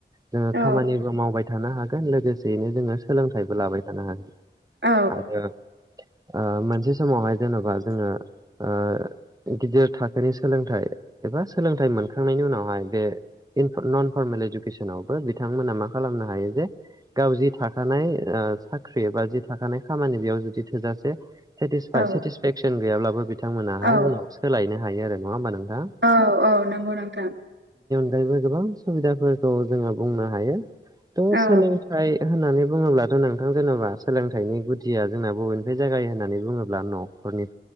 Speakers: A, on the right; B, on the right.
A: जोङो
B: औ
A: खामानिबो मावबाय थानो हागोन लोगोसेयैनो जोङो सोलोंथाइबो लाबाय थानो हागोन।
B: औ
A: आरो ओ मोनसे समावहाय जेन'बा जोङो ओ गिदिर थाखोनि सोलोंथाइ एबा सोलोंथाइ मोनखांनायनि उनावहाय बे इनप नन फरमेल इडुकेसनावबो बिथांमोना मा खालामनो हायो जे गाव जि थाखानाय ओ साख्रि बा जि थाखानाय खामानि बेयाव जुदि थोजासे सेटिसफा
B: औ
A: सेटिसपेचन गैयाब्लाबो बिथांमोनाहाय
B: औ
A: उनाव सोलायनो हायो नङा होमब नों
B: औ औ नंगौ नोंथां
A: <inaudible> जेरैबो गोबां सुबिदाफोरखौ जोङो बुंनो हायो थसोलोंथाइ
B: औ
A: होननानै बुङोब्लाथ' नोंथां जेनेबा सोलोंथाइनि गुदिया जोंना बबेनिफ्राय जागायो होननानै बुङोब्ला न'खरनि